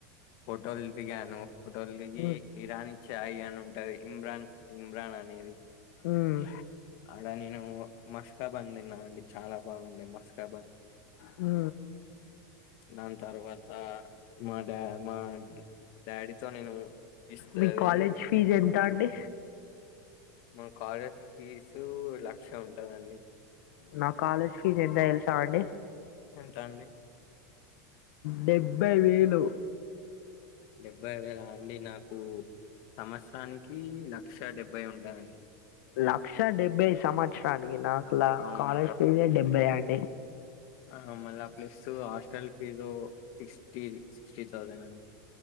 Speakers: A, on the left; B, on the left.
A: ఫోటోల్ దిగాను ఫోటోల్ దిగి
B: ఉమ్,
A: ఇరాని చాయ్ అని ఉంటది. ఇమ్రాన్ ఇమ్రాన్ అనేది
B: హ్మ్
A: ఆడ నేను మస్కాబన్ తిన్నానండి చాలా బాగుండే మస్కాబన్
B: హ్
A: దాన్ తర్వాతా మా డా మా డాడీతో నేను ఇస్త
B: మీ
A: అదేంది
B: కాలేజ్ ఫీజ్ ఎంత అంది
A: మా కాలేజ్ ఫీజ్ లక్ష ఉంటదండి.
B: నా కాలేజ్ ఫీజ్ ఎంత తెల్సాఅండి
A: ఎంత అండి
B: డెబ్బై వేలు
A: డెబ్బై వేలా అండి నాకు సంవత్సరానికి లక్ష డెబ్బై ఉంటదండి.
B: లక్ష డెబ్బై సంవత్సరానికి నాకు లా
A: అవును
B: కాలేజ్ ఫీజే డెబ్బై అండి.
A: ఆ మళ్ళ plus hostel fees sixty sixty thousand అండి.